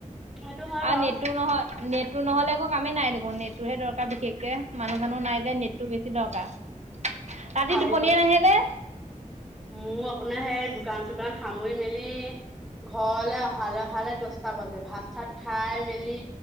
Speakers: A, in the centre; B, on the right (about 55°).
A: সেইটো হয়
B: আৰু
A: বাৰু
B: নেটটো নহ নেটটো নহলে একো কামেই নাই দেখোন, নেটটোৰহে দৰকাৰ বিশেষকে। মানুহ চানুহ নাই যে নেটটো বেছি দৰকাৰ, ৰাতি
A: আৰু
B: টোপনিয়ে নাহে যে।
A: মোৰ আপোনাৰ সেই দোকান চোকান সামৰি মেলি ঘৰলৈ অহালৈ অহালে দশটা বজে। ভাত চাত খাই মেলি